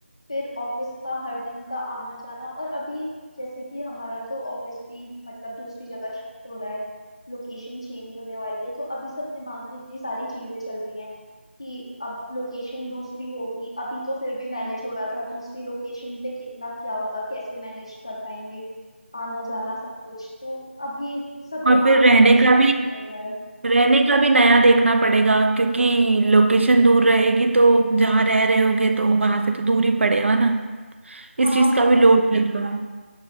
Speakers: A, on the left (about 25°); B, on the right (about 65°).
A: फिर ऑफिस का हर दिन का आना जाना और अभी जैसे कि हमारा तो ऑफिस भी मतलब दूसरी जगह शिफ्ट हो रहा है लोकेशन चेंज होने वाली है तो अभी सब दिमाग में इतनी सारी चीजें चल रही हैं कि अब लोकेशन दूसरी होगी अभी तो फिर भी मैनेज हो रहा था दूसरी लोकेशन पे कितना क्या होगा कैसे मैनेज कर पाएंगे आना जाना सब कुछ तो अभी सब
B: और
A: दिमाग
B: फिर
A: में
B: रहने
A: वही स्ट्रेस
B: का भी
A: चल रहा है
B: रहने का भी नया देखना पड़ेगा क्योंकि लोकेशन दूर रहेगी तो जहाँ रह रहे होगे तो वहां से तो दूर ही पड़ेगा ना इस
A: हाँ
B: चीज का
A: सही
B: भी लोड
A: कहा
B: लगेगा